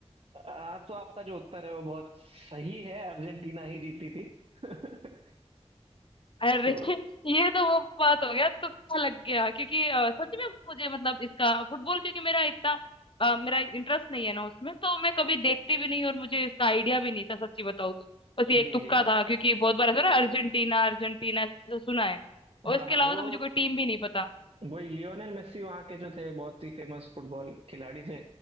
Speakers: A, on the right; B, on the left.
A: आ, तो आपका जो उत्तर है वो बहुत सही है अर्जेंटीना ही जीती थी <laughs>
B: अरे
A: तो
B: <laughs> ये तो वो बात हो गया तुक्का लग गया क्योंकि अ, सच में मुझे मतलब इसका फुटबॉल क्योंकि मेरा इतना अ, मेरा इंटरेस्ट नहीं है ना उसमें तो मैं कभी देखती भी नहीं और मुझे इसका आइडिया भी नहीं था सच्ची बताऊँ तो बस
A: जी
B: ये एक तुक्का
A: जी
B: था क्योंकि बहुत बार ऐसा ना अर्जेंटीना अर्जेंटीना ऐसा सुना है और
A: हाँ
B: इसके
A: हाँ
B: अलावा
A: वो
B: तो मुझे कोई टीम भी नहीं पता
A: वही लियोनेल मेसी वहाँ के जो थे बहुत ही फेमस फुटबॉल खिलाड़ी थे